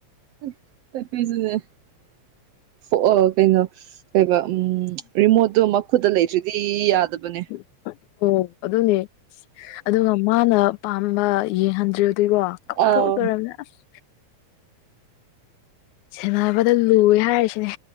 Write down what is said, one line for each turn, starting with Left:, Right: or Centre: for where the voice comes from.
Right: <unintelligible> <unintelligible> ꯀꯩꯅꯣ ꯀꯩꯕ ꯎꯝ ꯔꯤꯃꯣꯠꯇꯣ ꯈꯨꯠꯇ ꯂꯩꯇ꯭ꯔꯤꯗꯤ ꯌꯥꯗꯕꯅꯦ
Left: <unintelligible> ꯑꯣ ꯑꯗꯨꯅꯦ ꯑꯗꯨꯒ ꯃꯥꯅ ꯄꯥꯝꯕ ꯌꯦꯡꯍꯟꯗ꯭ꯔ ꯗ꯭ꯔꯤꯀꯣ ꯀꯞꯊꯣꯛꯇꯣꯏꯔꯤꯅꯦ
Right: ꯑꯥꯎ
Left: ꯑꯁ ꯁꯦꯟꯅꯕꯗ ꯂꯨꯑꯦ ꯍꯥꯏꯔꯤꯁꯤꯅꯦ